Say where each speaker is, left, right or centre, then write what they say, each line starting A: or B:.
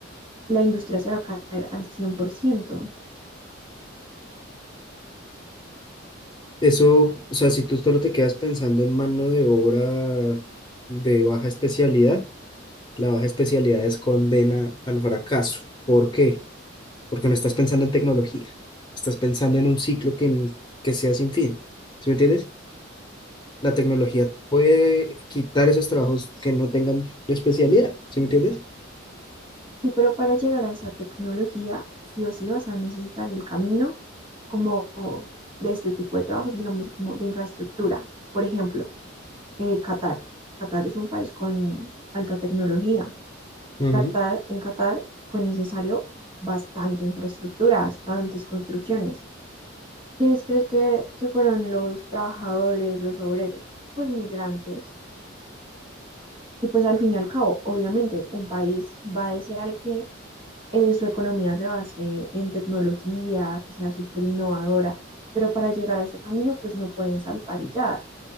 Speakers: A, on the right (about 25°); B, on the left (about 25°).
A: La industria se va a caer al cien por ciento
B: Eso, o sea, si tú solo te quedas pensando en mano de obra de baja especialidad, la baja especialidad es condena al fracaso. ¿Por qué? porque no estás pensando en tecnología, estás pensando en un ciclo que, n- que sea sin fin, ¿sí me entiendes? La tecnología puede quitar esos trabajos que no tengan especialidad, ¿sí me entiendes?
A: Y pero para llegar a esa tecnología, sí o sí vas a necesitar el camino como de este tipo de trabajos, digamos, como de infraestructura. Por ejemplo, eh, Qatar. Qatar es un país con alta tecnología.
B: Ujú.
A: Qatar, en Qatar fue necesario bastante infraestructura, bastantes construcciones. ¿Quiénes crees que, que fueron los trabajadores, los obreros? Pues migrantes. Y pues al fin y al cabo, obviamente, un país va a desear que eh, su economía se base en tecnología, que sea súper innovadora, pero para llegar a ese camino, pues no pueden saltar y ya.